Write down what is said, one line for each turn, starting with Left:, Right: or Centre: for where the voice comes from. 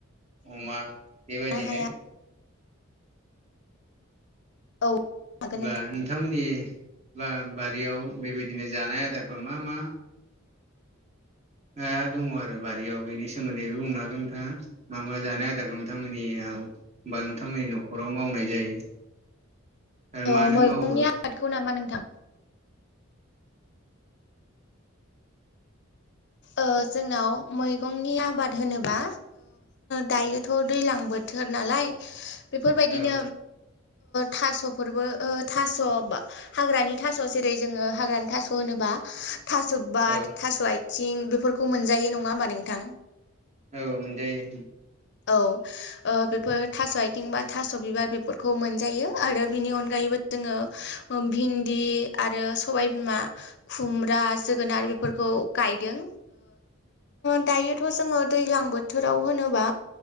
Right: अमा बेबायदिनो
Left: हाया औ हागोन
Right: बा
Left: नोंथां
Right: नोंथांमोननि बा बारियाव बेबायदिनो जानाय आदारफ्रा मा मा? दा दंङ आरो बारियाव बेनि सोमोन्दैबो बुंनो हागोन नोंथांङा मा मा जानाय आदारखौ नोंथांमोननियावा नोंथांमोननि न'खराव मावनाय जायो? आरो
Left: ओ
Right: मानो
Left: मैगंनि
Right: मावो- उ
Left: आबादखौ नामा नोंथां ओ जोंनाव मैगंनि आबाद होनोबा? दायोथ' दैज्लां बोथोर नालाय बेफोरबायदिनो
Right: औ
Left: थास'फोरबो थास' बा हाग्रानि थास' जेरै जोंङो हाग्रानि थास' होनोबा थास' बिबार
Right: औ
Left: थास' आथिं बेफोरखौ मोनजायो नंङा होमबा नोंथां।
Right: औव मोनजायो।
Left: औ बेफोर थास' आथिं बा थास' बिबार बेफोरखौ मोनजायो आरो बिनि अनगायैबो जोंङो भिन्दि आरो सबायबिमा खुमब्रा जोगोनार बेफोरखौ गायदों। दायोथ' जोंङो दैज्लां बोथोराव होनोब्ला